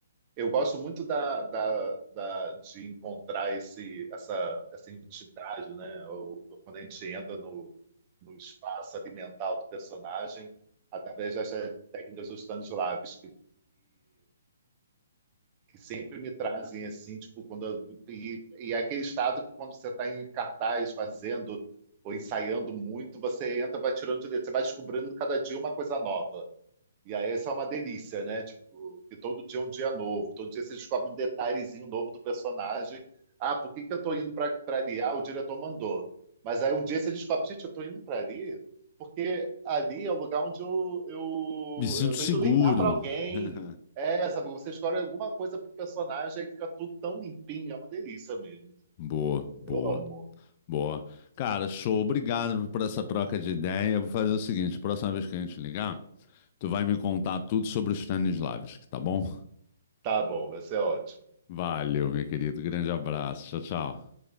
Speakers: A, on the right; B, on the left.
A: eu gosto muito da, da, da- de encontrar esse, essa, essa entidade, né? Ou- ou Quando a gente entra no, no espaço ali mental do personagem, através dessas técnicas dos Stanislavski que sempre me trazem assim, tipo, quando eu- e, e é aquele estado que quando você está em cartaz fazendo ou ensaiando muito, você entra, vai tirando de letra, você vai descobrindo cada dia uma coisa nova. E aí isso é uma delícia, né? Tipo, que todo dia é um dia novo, todo dia você descobre um detalhezinho novo do personagem. Ah, por que que eu tô indo pra, pra ali? Ah, o diretor mandou. Mas aí um dia você descobre, gente, eu tô indo pra ali porque ali é o lugar onde eu, eu,
B: Me sinto
A: eu tô
B: seguro.
A: indo ligar pra alguém.
B: <laughs>
A: É, sabe? Você escolhe alguma coisa pro personagem e fica tudo tão limpinho, é uma delícia mesmo.
B: Boa, boa.
A: Eu amo.
B: Boa. Cara, show. Obrigado por essa troca de ideia. Vou fazer o seguinte: próxima vez que a gente ligar, tu vai me contar tudo sobre os Stanislavski, tá bom?
A: Tá bom, vai ser ótimo.
B: Valeu, meu querido. Grande abraço. Tchau, tchau.